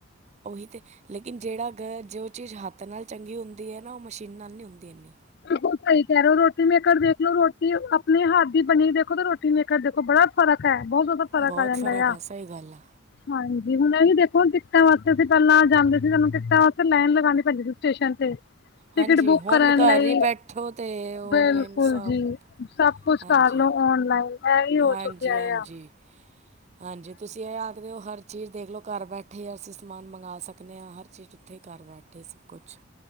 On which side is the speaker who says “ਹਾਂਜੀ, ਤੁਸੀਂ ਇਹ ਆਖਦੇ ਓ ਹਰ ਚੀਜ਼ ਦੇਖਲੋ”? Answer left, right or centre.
Right